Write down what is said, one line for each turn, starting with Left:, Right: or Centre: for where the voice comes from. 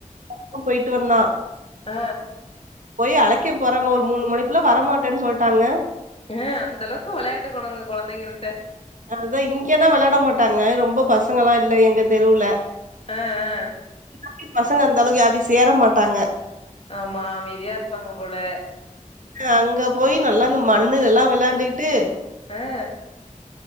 Right: அப்ப போயிட்டு வந்தா
Left: ஆ
Right: போய் அழைக்க போறோ ஒரு மூணு மணிக்குள்ள வர மாட்டே சொல்ட்டாங்க
Left: ஆ அந்த அளவுக்கு வெளான்ட்டுக்கணுங்க குழந்தைங்களிட்ட
Right: அவெ இங்கதா விளையாட மாட்டாங்க ரொம்ப பசங்களா இல்ல எங்க தெருவுல
Left: ஆ ஆ
Right: அப்டியூ பசங்க அந்த அளவுக்கு யாருகிட்டயூ சேர மாட்டாங்க
Left: ஆமா அமைதியா இருப்பாங் போல
Right: அங்க போய் நல்லா இந்த மண்ணு இதெல்லா வெளாண்டிட்டு
Left: ஆ